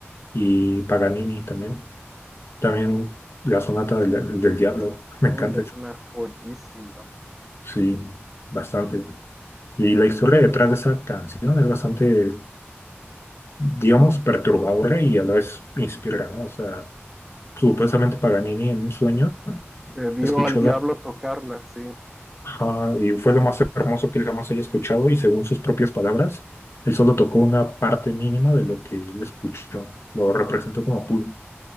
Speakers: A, on the left; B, in the centre.
A: y Paganini también. También la sonata del, del diablo, <laughs> me
B: Uy,
A: encanta,
B: es una joyísima.
A: sí, bastante. Y la historia detrás de esa canción es bastante, digamos, perturbadora y a la vez inspiradora, ¿no? O sea, supuestamente Paganini en un sueño
B: Eh, vio
A: escuchó
B: al diablo
A: la...
B: tocarla, sí.
A: Ajá, y fue lo más hermoso que él jamás haya escuchado y según sus propias palabras, él solo tocó una parte mínima de lo que él escuchó. Lo representó como pudo,